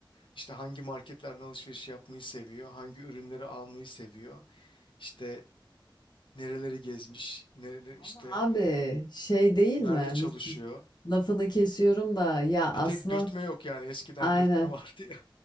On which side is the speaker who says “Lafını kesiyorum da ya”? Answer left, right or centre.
Left